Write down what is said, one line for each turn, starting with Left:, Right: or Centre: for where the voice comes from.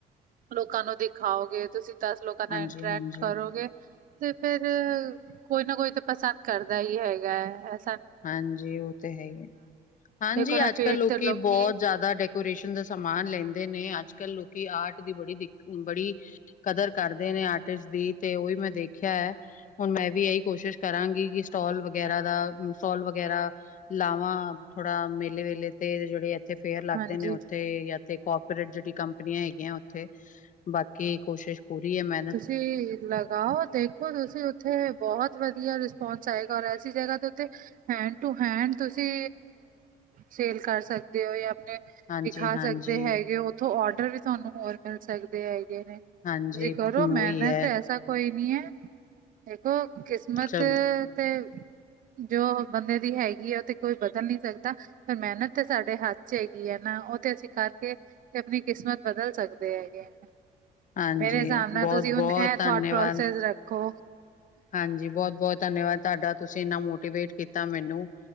Right: ਲੋਕਾਂ ਨੂੰ ਦਿਖਾਓਗੇਂ। ਤੁਸੀਂ ਦਸ ਲੋਕਾਂ ਨਾਲ਼
Left: ਹਾਂਜੀ-ਹਾਂਜੀ।
Right: ਇੰਟਰੈਂਕਟ
Left: ਹਾਂਜੀ,
Right: ਕਰੋਂਗੇ।
Left: ਹਾਂਜੀ,
Right: ਤੇ ਫੇਰ ਕੋਈ ਨਾਂ ਕੋਈ ਤੇ ਪਸੰਦ ਕਰਦਾ ਈ ਹੈਗਾ ਐਂ।
Left: ਹਾਂਜੀ ਉਹ ਤੇ ਹੈ ਈ ਐ। ਹਾਂਜੀ
Right: ਦੇਖੋ ਨਾ
Left: ਅੱਜ-ਕੱਲ੍ਹ
Right: ਫੇਟ
Left: ਲੋਕੀਂ
Right: ਤੇ ਲੋਕੀ
Left: ਬਹੁਤ ਜ਼ਿਆਦਾ ਡਿਗ ਕੋਰਸ਼ਨ ਦਾ ਸਮਾਨ ਲੈਂਦੇ ਨੇ। ਅੱਜ ਕੱਲ੍ਹ ਲੋਕੀ ਆਰਟ ਦੀ ਬੜੀ ਬੜੀ ਕਦਰ ਕਰਦੇ ਨੇਂ। ਆਰਟਿਸਟ ਦੀ ਤੇ ਉਹੀਂ ਮੈਂ ਦੇਖਿਆ। ਹੁਣ ਮੈਂ ਵੀ ਏਹੀ ਕੋਸ਼ਿਸ਼ ਕਰਾਂਗੀ ਕਿ ਸਟਾਲ ਵਗੈਰਾ ਦਾ ਸੋਲ ਵਗੈਰਾ ਲਾਵਾਂ, ਥੋੜਾ ਮੇਲੇ- ਵੇਲੇ ਤੇ ਜਿਹੜੇ ਫੇਅਰ ਲੱਗਦੇ
Right: ਹਾਂਜੀ
Left: ਨੇ ਉੱਥੇ ਜਾਂ ਤੇ ਕੋਪੋਰੇਟ ਜੈੜੀ ਕੰਪਨੀਆਂ ਹੈਗੀਆਂ ਓਥੇ, ਬਾਕੀ ਕੋਸ਼ਿਸ਼ ਪੂਰੀ ਹੈ ਮੈਂ
Right: ਤੁਸੀਂ ਲਗਾਓ, ਦੇਖੋ ਤੁਸੀਂ ਉੱਥੇ ਬੋਤ ਵਧੀਆ ਰਿਸਪੋਂਸ ਆਏਗਾ ਔਰ ਐਸੀ ਜਗ੍ਹਾ ਤੇ ਉੱਥੇ ਹੈਂਡ ਟੂ ਹੈਂਡ ਤੁਸੀਂ ਸੇਲ ਕਰ ਸਕਦੇ ਓ ਯਾ ਆਪਣੇ।
Left: ਹਾਂਜੀ,
Right: ਵਿਖਾ
Left: ਹਾਂਜੀ।
Right: ਸਕਦੇ ਹੈਗੇ ਓ ਉੱਥੋਂ ਅੋਡਰ ਵੀ ਤਾਨੂੰ ਹੋਰ ਮਿਲ ਸਕਦੇ ਹੈਗੇ ਨੇ। ਤੁਸੀਂ
Left: ਹਾਂਜੀ।
Right: ਕਰੋ ਮੈਹਨਤ
Left: ਉਹੀ ਹੈ
Right: ਐਸਾ ਕੋਈ ਨੀ ਐ, ਦੇਖੋ ਕਿਸਮਤ
Left: ਚ
Right: ਤੇ ਜੋ ਬੰਦੇ ਦੀ ਹੈਗੀ ਐ ਉਹ ਤੇ ਕੋਈ ਬਦਲ ਨਹੀਂ ਸਕਦਾ। ਪਰ ਮਿਹਨਤ ਤਾਂ ਸਾਡੇ ਹੱਥ ਚ ਹੈਗੀ ਐ ਨਾ, ਉਹ ਤੇ ਅਸੀਂ ਕਰਕੇ ਤੇ ਆਪਣੀ ਕਿਸਮਤ ਬਦਲ ਸਕਦੇ ਹੈਗੇ ਆ।
Left: ਹਾਂਜੀ,
Right: ਮੇਰੇ ਹਿਸਾਬ ਨਾਲ
Left: ਬਹੁਤ-ਬਹੁਤ
Right: ਤੁਸੀਂ ਹੁਣ ਇਹ
Left: ਧੰਨਵਾਦ।
Right: ਥੋਟ ਪ੍ਰੋਸੈਸ ਰੱਖੋ।
Left: ਹਾਂਜੀ, ਬਹੁਤ-ਬਹੁਤ ਧੰਨਵਾਦ ਤਾਡਾ। ਤੁਸੀਂ ਇੰਨਾ ਮੋਟੀਵੇਟ ਕੀਤਾ ਮੈਨੂੰ,